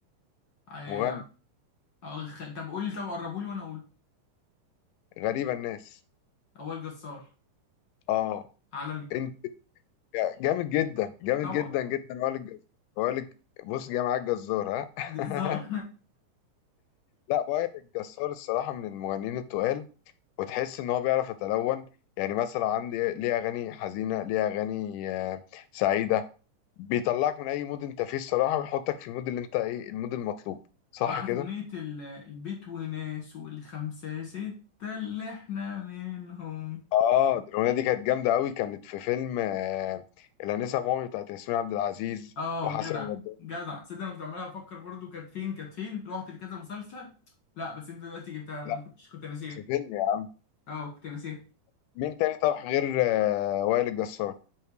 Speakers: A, on the left; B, on the left.
A: آه
B: مغني
A: أو خ... طب قولي طب قربولي وانا اقوله
B: غريبه الناس
A: اول جزار
B: اه
A: عالمي
B: انت جامد جدا جامد
A: طبعا
B: جدا جدا وائل الجزار وائل الج- بص جاي معاك جزار ها
A: جزار
B: <laughs> لا وائل الجزار الصراحه من المغنيين التقال وتحس ان هو بيعرف يتلون يعني مثلا عندي ليه اغاني حزينه ليه اغاني آه، سعيده بيطلعك من اي مود انت فيه الصراحه ويحطك في المود اللي انت ايه المود المطلوب
A: <laughs>
B: صح
A: انتوا عارف
B: كده
A: اغنية ال- البيت وناس والخمسة ستة اللي احنا منهم
B: اه دي الاغنيه دي كانت جامده قوي كانت في فيلم آه، الانسه مومي بتاعت ياسمين عبد العزيز
A: اه
B: وحسن
A: جدع
B: البدري
A: جدع تصدق انا كنت عمال افكر برضو كانت فين كانت فين رحت لكذا مسلسل لا بس انت دلوقتي جبتها انا
B: لا
A: ما كنتش كنت ناسيها
B: كانت في فيلم يعني
A: اه كنت ناسيها
B: مين تاني طب غير آه، وائل الجسار